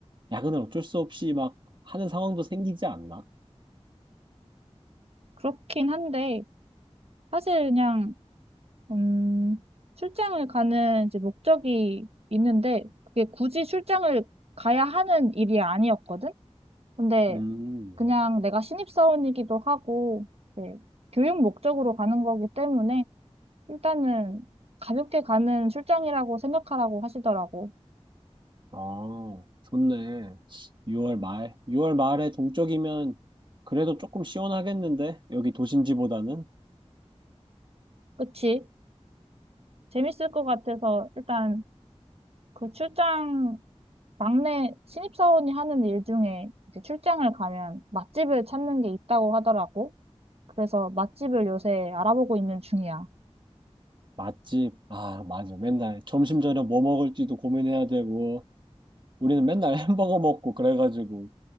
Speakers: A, on the right; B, on the right.
A: 야근을 어쩔 수 없이 막 하는 상황도 생기지 않나?
B: 그렇긴 한데, 사실 그냥, 음, 출장을 가는 이제 목적이 있는데, 그게 굳이 출장을 가야 하는 일이 아니었거든? 근데
A: 음,
B: 그냥 내가 신입사원이기도 하고, 네, 교육 목적으로 가는 거기 때문에 일단은 가볍게 가는 출장이라고 생각하라고 하시더라고.
A: 아, 좋네. 6월 말. 6월 말에 동쪽이면 그래도 조금 시원하겠는데? 여기 도심지보다는?
B: 그치? 재밌을 것 같아서 일단 그 출장, 막내 신입사원이 하는 일 중에 이제 출장을 가면 맛집을 찾는 게 있다고 하더라고. 그래서 맛집을 요새 알아보고 있는 중이야.
A: 맛집. 아, 맞아. 맨날 점심 저녁 뭐 먹을지도 고민해야 되고. 우리는 맨날 <laughs> 햄버거 먹고 그래가지고